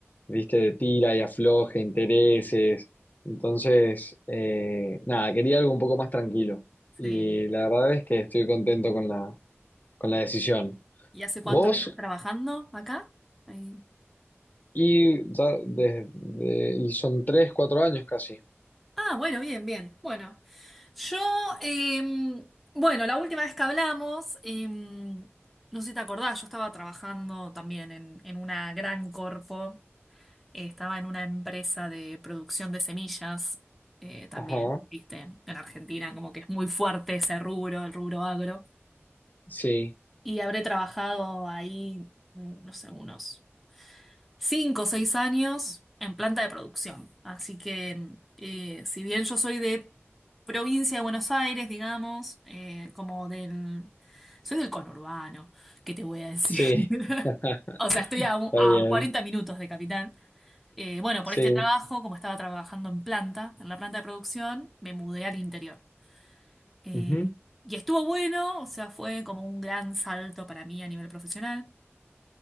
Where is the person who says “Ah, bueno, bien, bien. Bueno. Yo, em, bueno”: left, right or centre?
Centre